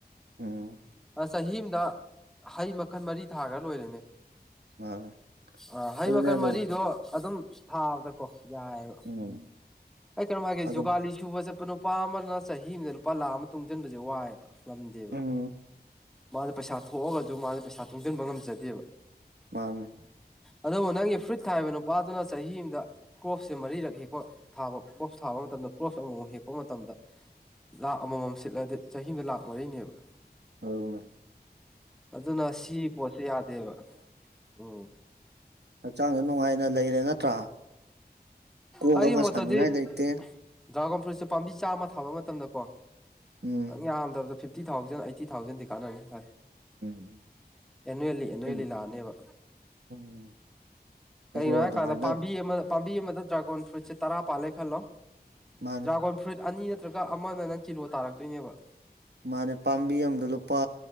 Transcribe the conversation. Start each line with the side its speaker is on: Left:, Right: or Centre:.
Right: ꯎꯝ
Centre: ꯑꯁ ꯆꯍꯤ ꯑꯃꯗ ꯍꯩ ꯃꯈꯜ ꯃꯔꯤ ꯊꯥꯒ꯭ꯔ ꯂꯣꯏꯔꯦꯅꯦ
Right: ꯃꯥꯅꯦ
Centre: ꯑ ꯍꯩ
Right: ꯑꯗꯨꯅꯦ
Centre: ꯃꯈꯜ
Right: ꯑꯗꯨꯝ
Centre: ꯃꯔꯤꯗꯣ ꯑꯗꯨꯝ ꯊꯥꯕꯗꯀꯣ ꯌꯥꯏꯑꯕ
Right: ꯎꯝ
Centre: ꯑꯩ ꯀꯩꯅꯣꯝ ꯍꯥꯏꯒꯦ
Right: ꯑꯗꯨꯝ
Centre: ꯖꯨꯒꯥꯂꯤ ꯁꯨꯕ ꯆꯠꯄ ꯅꯨ ꯄꯥ ꯑꯃꯅ ꯆꯍꯤ ꯑꯃꯗ ꯂꯨꯄꯥ ꯂꯥꯈ ꯑꯃ ꯇꯨꯡꯁꯤꯟꯕꯁꯦ ꯋꯥꯏꯑꯕ ꯉꯝꯗꯦꯕ
Right: ꯎꯝ
Centre: ꯃꯥ ꯄꯩꯁꯥ ꯊꯣꯛꯑꯒꯁꯨ ꯃꯥꯖꯦ ꯄꯩꯁꯥ ꯇꯨꯡꯖꯟꯕ ꯉꯝꯖꯗꯦꯕ
Right: ꯃꯥꯟꯅꯤ
Centre: ꯑꯗꯨꯕꯨ ꯅꯪꯒꯤ ꯐ꯭ꯔꯨꯏꯠ ꯊꯥꯏꯕ ꯅꯨꯄꯥꯗꯨꯅ ꯆꯍꯤ ꯑꯃꯗ ꯀ꯭ꯔꯣꯞꯁꯦ ꯃꯔꯤꯔꯛ ꯍꯦꯛꯄ ꯊꯥꯕ ꯀ꯭ꯔꯣꯞꯁ ꯊꯥꯕ ꯃꯇꯝꯗ ꯀ꯭ꯔꯣꯞꯁ ꯑꯃꯃꯨꯛ ꯍꯦꯛꯄ ꯃꯇꯝꯗ ꯂꯥꯛ ꯑꯃ ꯃꯝ ꯁꯤꯠꯂꯗꯤ ꯆꯍꯤ ꯑꯝꯗ ꯂꯥꯛ ꯃꯔꯤꯅꯦꯕ
Right: ꯑꯗꯨꯅꯦ
Centre: ꯑꯗꯨꯅ ꯁꯤ ꯄꯣꯠꯁꯦ ꯌꯥꯗꯦꯕ ꯎꯝ
Right: ꯍꯛꯆꯥꯡꯖꯨ ꯅꯨꯡꯉꯥꯏꯅ ꯂꯩꯔꯦ ꯅꯠꯇ꯭ꯔꯥ ꯀꯣꯛ
Centre: ꯑꯩꯒꯤ
Right: ꯑꯃ
Centre: ꯃꯣꯠꯇꯗꯤ
Right: ꯁꯥꯅꯤꯡꯉꯥꯏ ꯂꯩꯇꯦ
Centre: ꯗ꯭ꯔꯥꯒꯣꯟ ꯐ꯭ꯔꯨꯏꯠꯁꯦ ꯄꯥꯝꯕꯤ ꯆꯥꯝꯃ ꯊꯥꯕ ꯃꯇꯝꯗꯀꯣ
Right: ꯎꯝ
Centre: ꯅꯪ ꯌꯥꯝꯗꯕꯗ ꯐꯤꯞ ꯇꯤ ꯊꯥꯎꯖꯟ ꯑꯩꯥꯏꯠꯇꯤ ꯊꯥꯎꯖꯟꯗꯤ ꯀꯥꯟꯅꯅꯤ ꯈꯜ
Right: ꯎꯝ
Centre: ꯑꯦꯅꯨꯋꯦꯜꯂꯤ ꯑꯦꯅꯨꯋꯜꯂꯤ
Right: ꯑꯩꯁꯨ
Centre: ꯂꯥꯛꯑꯅꯦꯕ
Right: ꯎꯝ ꯑꯩꯁꯨ
Centre: ꯀꯔꯤꯒꯤꯅꯣ ꯍꯥꯏꯔꯀꯥꯟꯗ
Right: ꯑꯗꯨꯃꯥꯏꯅ
Centre: ꯄꯥꯝꯕꯤ ꯑꯃꯗ ꯄꯥꯝꯕꯤ ꯑꯃꯗ ꯗ꯭ꯔꯥꯒꯣꯟ ꯐ꯭ꯔꯨꯏꯠꯁꯦ ꯇꯔꯥ ꯄꯥꯜꯂꯦ ꯈꯜꯂꯣ
Right: ꯃꯥꯅꯦ
Centre: ꯗ꯭ꯔꯥꯒꯣꯟ ꯐ꯭ꯔꯨꯏꯠ ꯑꯅꯤ ꯅꯠꯇ꯭ꯔꯒ ꯑꯃꯅ ꯅꯪ ꯀꯤꯂꯣ ꯇꯥꯔꯛꯇꯣꯏꯅꯦꯕ
Right: ꯃꯥꯅꯦ ꯄꯥꯝꯕꯤ ꯑꯝꯗ ꯂꯨꯄꯥ